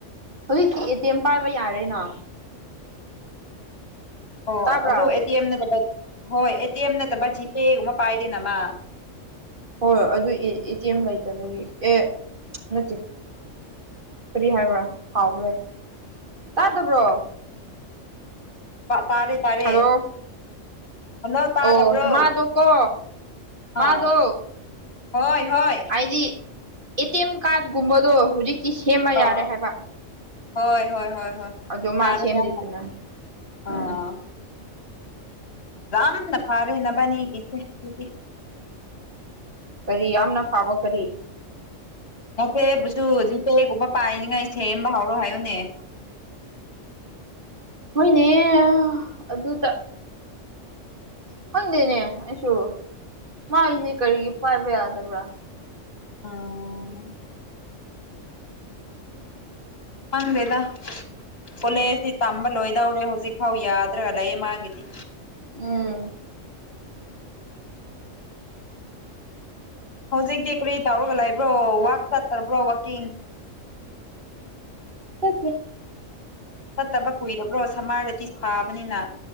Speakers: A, on the right (about 45°); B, on the left (about 50°).
A: ꯍꯧꯖꯤꯛꯇꯤ ꯑꯦ ꯇꯤ ꯑꯦꯝ ꯄꯥꯏꯕ ꯌꯥꯔꯦꯅ
B: ꯑꯣ
A: ꯇꯥꯕ꯭ꯔꯥ
B: ꯑꯗꯨ ꯑꯦ ꯇꯤ ꯑꯦꯝ ꯅꯠꯇꯕ ꯍꯣꯏ ꯑꯦ ꯇꯤ ꯑꯦꯝ ꯅꯠꯇꯕ ꯖꯤꯄꯦꯒꯨꯝꯕ ꯄꯥꯏꯗꯦꯅ ꯃꯥ
A: ꯍꯣꯏ ꯑꯗꯨ ꯑꯦ ꯇꯤ ꯑꯦꯝ ꯂꯩꯇꯕꯒꯤ ꯑꯦ ꯅꯠꯇꯦ ꯀꯔꯤ ꯍꯥꯏꯕ꯭ꯔꯥ ꯀꯥꯎꯈ꯭ꯔꯦ ꯇꯥꯗꯕ꯭ꯔꯣ
B: ꯇꯥꯔꯦ ꯇꯥꯔꯦ
A: ꯍꯜꯂꯣ
B: ꯍꯜꯂꯣ ꯇꯥꯗꯕ꯭ꯔꯣ
A: ꯑꯣ ꯃꯥꯗꯣ ꯀꯣ ꯃꯥꯗꯣ
B: ꯑꯥ ꯍꯣꯏ ꯍꯣꯏ
A: ꯍꯥꯏꯗꯤ ꯑꯦ ꯇꯤ ꯑꯦꯝ ꯀꯥꯔꯗꯒꯨꯝꯕꯗꯣ ꯍꯧꯖꯤꯛꯇꯤ ꯁꯦꯝꯕ ꯌꯥꯔꯦ
B: ꯑꯥ
A: ꯍꯥꯏꯕ
B: ꯍꯣꯏ ꯍꯣꯏ ꯍꯣꯏ ꯍꯣꯏ
A: ꯑꯗꯨ ꯃꯥ
B: ꯐꯔꯦ
A: ꯁꯦꯝꯗꯦꯗꯅ
B: ꯌꯝꯅ
A: ꯎꯝ
B: ꯑꯥ ꯌꯝꯅ ꯐꯔꯦ ꯅꯕꯅꯤꯒꯤꯁꯦ ꯇꯨꯗꯤ
A: ꯀꯔꯤ ꯌꯥꯝꯅ ꯐꯥꯕ ꯀꯔꯤ
B: ꯅꯠꯆꯦꯕꯨꯁꯨ ꯖꯤꯄꯦꯒꯨꯝꯕ ꯄꯥꯏꯅꯤꯉꯥꯏ ꯁꯦꯝꯕ ꯍꯧꯔꯣ ꯍꯥꯏꯌꯨꯅꯦ <inaudible>
A: ꯍꯣꯏꯅꯦ ꯑꯗꯨꯗ ꯈꯪꯗꯦꯅꯦ ꯑꯩꯁꯨ ꯃꯥꯒꯤꯁꯦ ꯀꯔꯤꯒꯤ ꯄꯥꯏꯕ ꯌꯥꯗꯕ꯭ꯔꯥ
B: ꯑꯝ ꯈꯪꯗꯦꯗ ꯀꯣꯂꯦꯖꯇꯤ ꯇꯝꯕ ꯂꯣꯏꯗꯧꯔꯦ ꯍꯧꯖꯤꯛ ꯐꯥꯎ ꯌꯥꯗ꯭ꯔꯒ ꯂꯩꯌꯦ ꯃꯥꯒꯤꯗꯤ
A: ꯎꯝ
B: ꯍꯧꯖꯤꯛꯇꯤ ꯀꯨꯔꯤ ꯇꯧꯔꯒ ꯂꯩꯏꯕ꯭ꯔꯣ ꯋꯥꯛ ꯆꯠꯇꯕ꯭ꯔꯣ ꯋꯥꯛꯀꯤꯡ
A: ꯆꯠꯇꯦ
B: ꯆꯠꯇꯕ ꯀꯨꯏꯔꯕ꯭ꯔꯣ ꯁꯝꯃꯥꯔꯗꯗꯤ ꯁꯥꯕꯅꯤꯅ